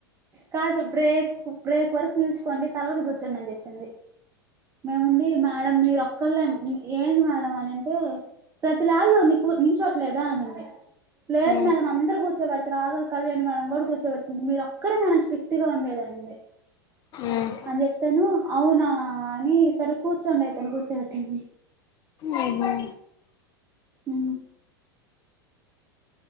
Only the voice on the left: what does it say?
ఉమ్
ఉమ్
ఉ హు